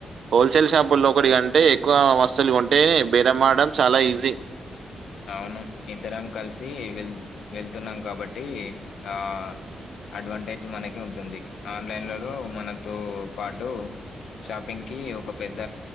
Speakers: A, on the right; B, on the left.
A: హోల్సేల్ షాపుల్లో ఒకటి కంటే ఎక్కువ వస్తువులు కొంటేనే బేరంమాడడం చాలా ఈజీ
B: అవును ఇద్దరం కలిసి వెళ్తున్నాం కాబట్టి ఆ అడ్వాంటేజ్ మనకి ఉంటుంది ఆన్లైన్లలో మనతో పాటు షాపింగ్ కి ఒక పెద్ద